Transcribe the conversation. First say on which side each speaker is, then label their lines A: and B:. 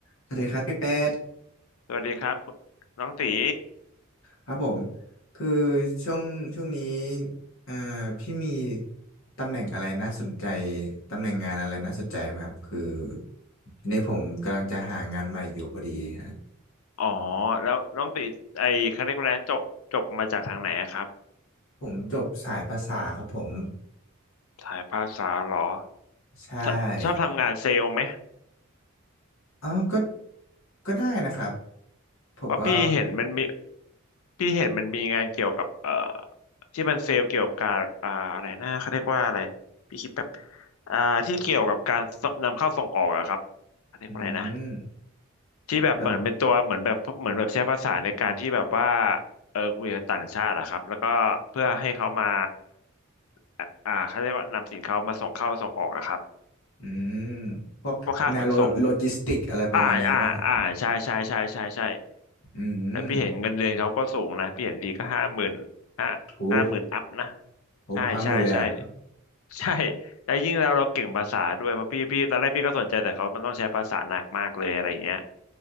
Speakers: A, on the left (about 65°); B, on the left (about 80°).
A: สวัสดีครับพี่แป๊ด
B: สวัสดีครับน้องตี
A: ครับผมคือช่วงช่วงนี้เอ่อพี่มีตำแหน่งอะไรน่าสนใจตำแหน่งงานอะไรน่าสนใจไหมครับคือทีนี้ผมกำลังจะหางานใหม่อยู่พอดีฮะ
B: อ๋อแล้วน้องตีไอคาเรียกว่าอะไรนะจบจบมาจากทางไหนอะครับ
A: ผมจบสายภาษาครับผม
B: สายภาษาเหรอ
A: ใช่
B: ชอบชอบทำงานเซลล์ไหม
A: อ๋อก็ก็ได้นะครับผมก็
B: เพราะพี่เห็นมันมีพี่เห็นมันมีงานเกี่ยวกับเอ่อที่มันเซลล์เกี่ยวกับการอ่าอะไรนะเขาเรียกว่าอะไรพี่คิดแป๊บอ่าที่เกี่ยวกับการนำเข้าส่งออกอะครับเขาเรียกว่าอะไรนะ
A: อืม
B: ที่แบบเหมือนเป็นตัวเหมือนแบบเหมือนแบบใช้ภาษาในการที่แบบว่า
A: แบบ
B: เออคุยกับต่างชาติอะครับแล้วก็เพื่อให้เขามาอ่าอ่าเขาเรียกว่านำสินค้ามาส่งเข้าส่งออกอะครับ
A: อืมพวกแนวโลโลจิสติกอะไรประมาณนี้หรือเปล่าฮะ
B: พวกค่าขนส่งอ่าอ่าอ่าใช่ใช่ใช่ใช่ใช่
A: อืม
B: แล้วพี่เห็นเงินเดือนเขาก็สูงนะพี่เห็นดีก็ห้าหมื่นห้าห้าหมื่นอัพนะ
A: โหโหห้าหมื่นเลยอะ
B: ใช่ใช่ใช่ใช่แล้วยิ่งเราเราเก่งภาษาด้วยเพราะพี่พี่ตอนแรกพี่ก็สนใจแต่เขามันต้องใช้ภาษาหนักมากเลยอะไรเงี้ย